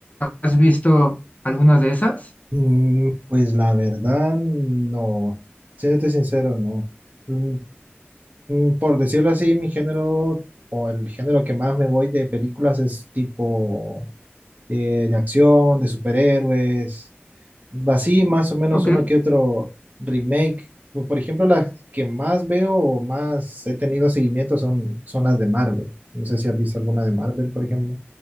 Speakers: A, on the left (about 35°); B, on the right (about 40°).
A: ¿Has visto algunas de esas?
B: Mm, Pues la verdad, no. Siéndote sincero, no. Mm, mm, Por decirlo así, mi género o el género que más me voy de películas es tipo eh, de acción, de superhéroes, así más o menos
A: Ok,
B: uno que otro remake. Como Por ejemplo, las que más veo o más he tenido seguimiento son, son las de Marvel. No sé si has visto alguna de Marvel, por ejemplo.